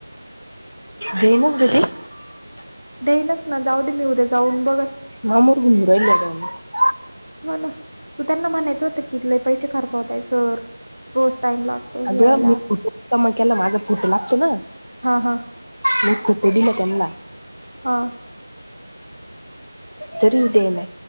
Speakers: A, on the left; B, on the right.
A: देनच गती <unintelligible>
B: देई ना जाऊ दे मी उद्या जाऊन बघते.
A: मामूर ग नूरालड <unintelligible>
B: हो ना तू त्यांना म्हणायचं होतं की लै पैसे खर्च होतंय सर रोज टाइम लागतो
A: अगं
B: यायला
A: मी फोटो जमा केला नां माझा फोटो लागतो नां?
B: हा हा
A: मी फोटो दिलं त्यांना
B: हा
A: तरी देईना